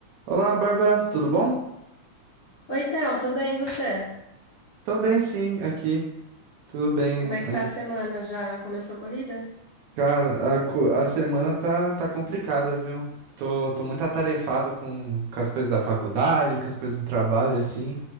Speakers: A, on the right; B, on the left.
A: Olá, Bárbara, tudo bom?
B: Oi, Theo, tô bem, e você?
A: Tô bem, sim, aqui. Tudo bem.
B: Como é que
A: Ai,
B: tá a semana? Já começou a corrida?
A: Cara, a, co- a semana tá, tá complicada, viu? Tô, tô muito atarefado com, com as coisas da faculdade, com as coisas do trabalho, assim.